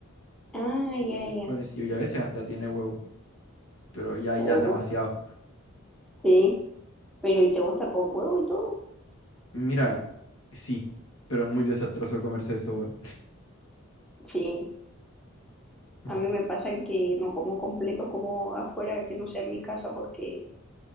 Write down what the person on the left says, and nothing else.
Parecido. Y a veces hasta tiene huevo. Pero ya, ya
es demasiado.
Mira, sí. Pero es muy desastroso comerse eso, weón.
<laughs>